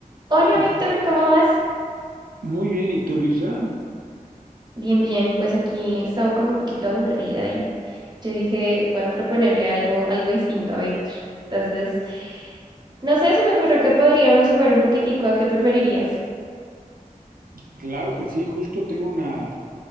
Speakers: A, on the right; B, on the right.
A: Hola
B: Sí.
A: Víctor, ¿cómo vas?
B: Muy bien, ¿y tú, Lisa?
A: Bien, bien, pues aquí estaba como un poquito aburrida y yo dije, voy a proponerle algo, algo distinto a Víctor. Entonces, no sé, se me ocurrió que podríamos jugar un poquitico a qué preferirías.
B: Claro que sí, justo tengo una,